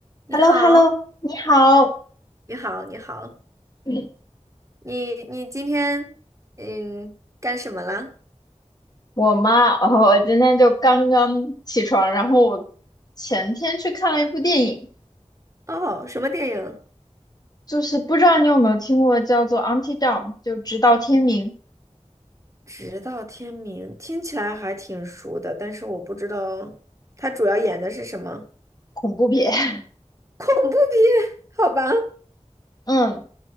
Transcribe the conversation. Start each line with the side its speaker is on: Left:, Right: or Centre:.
Right: 你好，
Left: h e l l o h e l l o 你好。
Right: 你好，你好，
Left: 嗯
Right: 你你今天嗯干什么了？
Left: 我妈，呃，我今天就刚刚起床，然后我前天去看了一部电影，
Right: 哦，什么电影？
Left: 就是不知道你有没有听过叫做《Until Dawn》，就直到天明
Right: 直到天明，听起来还挺熟的，但是我不知道它主要演的是什么
Left: 恐怖片。
Right: <laughs> 恐怖片，好吧？
Left: <laughs> 嗯，